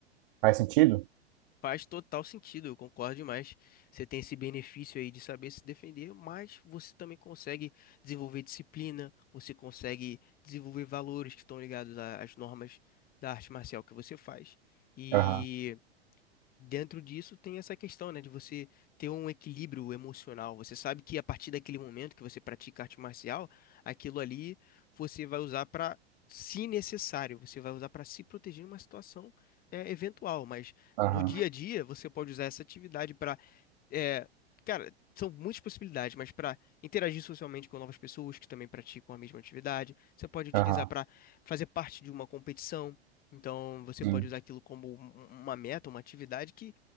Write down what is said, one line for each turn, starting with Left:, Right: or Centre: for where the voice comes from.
Right: Faz sentido?
Left: Faz total sentido, eu concordo demais. Você tem esse benefício aí de saber se defender, mas você também consegue desenvolver disciplina, você consegue desenvolver valores que estão ligados a- às normas da arte marcial que você faz. E
Right: Aham,
Left: dentro disso tem essa questão, né, de você ter um equilíbrio emocional. Você sabe que a partir daquele momento que você pratica arte marcial, aquilo ali você vai usar para, se necessário, você vai usar para se proteger em uma situação é, eventual. Mas
Right: aham,
Left: no dia a dia você pode usar essa atividade para é, cara, são muitas possibilidades, mas para interagir socialmente com novas pessoas que também praticam a mesma atividade, você pode utilizar
Right: aham,
Left: para fazer parte de uma competição. Então, você
Right: sim,
Left: pode usar aquilo como um- um, uma meta, uma atividade que,